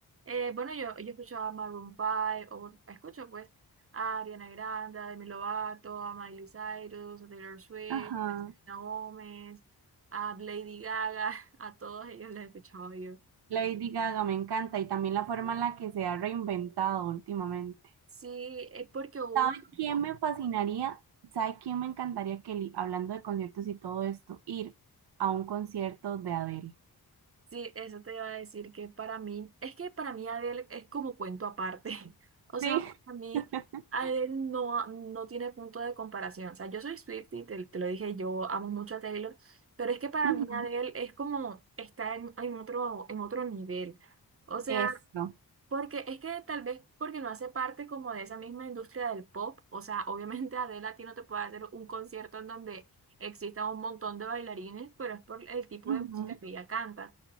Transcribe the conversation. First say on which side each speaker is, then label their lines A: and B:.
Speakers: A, on the right; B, on the right.
A: Eh, bueno, yo, yo escuchaba a Maroon 5, o bueno, escucho pues a Ariana Grande, a Demi Lovato, a Miley Cyrus, a Taylor Swift,
B: Ajá.
A: a Selena Gómez, a Lady Gaga, <laughs> a todos ellos los escuchaba yo.
B: Lady Gaga me encanta y también la forma en la que se ha reinventado últimamente.
A: Sí, es porque hubo
B: ¿Sabe
A: un tiempo
B: quién me fascinaría? ¿Sabe quién me encantaría, Kelly, hablando de conciertos y todo esto, ir a un concierto de Adele?
A: Sí, eso te iba a decir que para mí, es que para mí Adele es como cuento aparte. <laughs> O sea,
B: Sí,
A: para mí
B: <laughs>
A: Adele no, no tiene punto de comparación. O sea, yo soy Swiftie, te, te lo dije, yo amo mucho a Taylor, pero es que para
B: ujú,
A: mí Adele es como está en, en otro, en otro nivel. O sea,
B: Esto.
A: porque es que tal vez porque no hace parte como de esa misma industria del pop. O sea, <laughs> obviamente Adele a ti no te puede hacer un concierto en donde exista un montón de bailarines, pero es por el tipo
B: Ujú,
A: de música que ella canta.